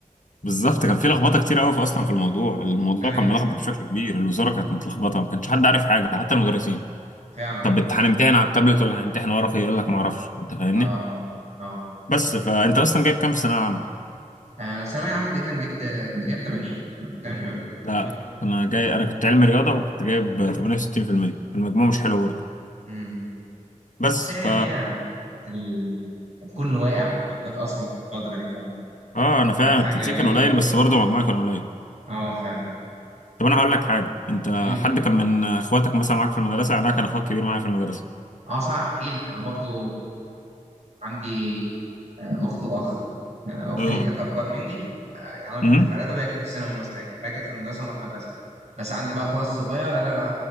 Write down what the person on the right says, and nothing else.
ايوه
فعلا
اه
اه اه
انا في ثانويه عامه تقريبا جبت كنت جايب 80 80 علوم
وانت
أمم.
بس
هي هي كانت ال... كان كله واقع في الضغطات اصلا في الفتره دي فكانت
حاجه
غريبه
اه فاهم
أمم.
اه صح احكي لك انا برضو عندي آه، اخت واخ آه، اختي
دي كانت اكبر مني ف- يعني انا كنت
في اعدادي وهي كانت في ثانوي مثلا يعني. فهي كانت في مدرسه وانا في مدرسه بس عندي بقى اخويا الصغير انا